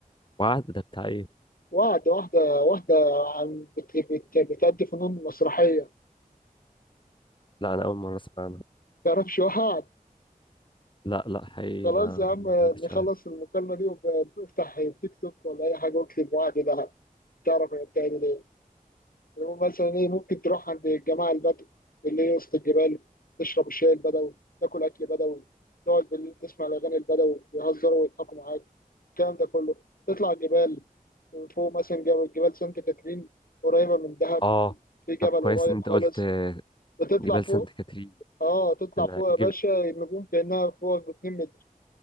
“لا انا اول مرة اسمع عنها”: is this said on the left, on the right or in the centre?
Left